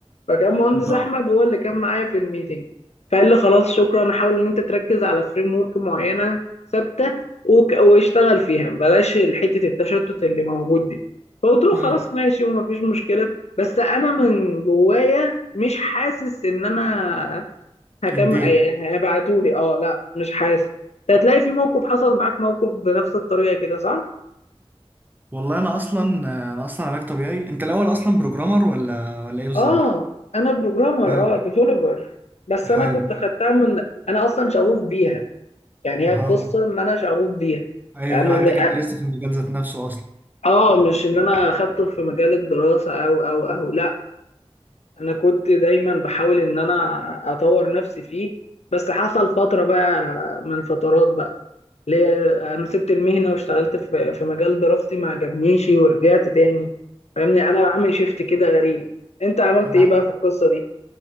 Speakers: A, on the left; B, on the right.
A: فكان مهندس
B: انت
A: احمد هو اللي كان معايا في الميتنج فقال لي خلاص شكرا حاول ان انت تركز على فريم ورك معينه ثابته وك- واشتغل فيها بلاش حته التشتت اللي موجود دي فقلت له
B: مم.
A: خلاص ماشي ومفيش مشكله بس انا من جوايا مش حاسس ان انا هكمل
B: اديت
A: يعني هيبعتولي اه لا مش حاسس هتلاقي في موقف حصل معاك موقف بنفس الطريقه كده صح؟
B: والله انا اصلا انا اصلا علاج طبيعي انت الاول اصلا بروجرامر ولا ولا ايه بالظبط
A: اه انا بروجرامر
B: حلو
A: اه ديفلوبر بس انا
B: حلو
A: كنت خدتها من انا اصلا شغوف بيها يعني هي
B: اها
A: القصة إن أنا شغوف بيها
B: ايوه
A: يعني
B: ايوه عندك
A: أنا م...
B: انترست في المجال ذات نفسه اصلا
A: آه مش إن أنا أخدته في مجال الدراسة أو أو أو لأ أنا كنت دايما بحاول إن أنا أطور نفسي فيه بس حصل فترة بقى من فترات بقى اللي هي أنا سبت المهنة واشتغلت في في مجال دراستي ما عجبنيش ورجعت تاني فاهمني أنا بعمل شيفت كده غريب أنت عملت
B: مم.
A: إيه بقى في القصة دي؟